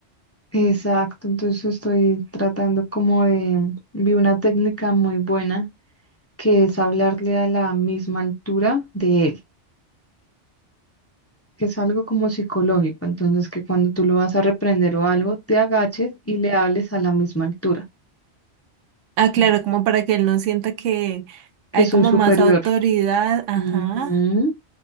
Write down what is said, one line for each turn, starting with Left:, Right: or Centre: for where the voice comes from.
Left: exacto. Entonces estoy tratando como de, vi una técnica muy buena que es hablarle a la misma altura de él. que es algo como psicológico, entonces que cuando tú lo vas a reprender o algo, te agaches y le hables a la misma altura,
Right: Ah, claro,
Left: Mm.
Right: como para que él no sienta que
Left: que
Right: hay
Left: soy
Right: como
Left: superior.
Right: más autoridad. Ajá.
Left: Ujú.